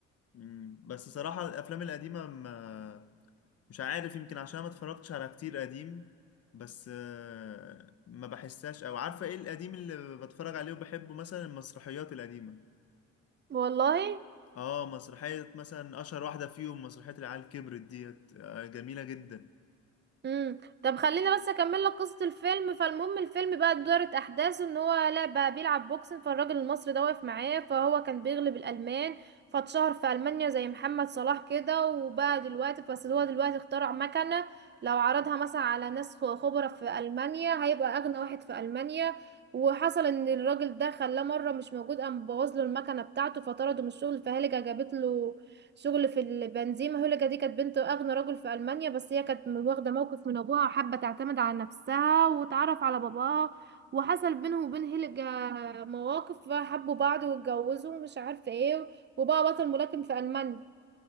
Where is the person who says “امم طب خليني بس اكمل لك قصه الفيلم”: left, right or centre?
Right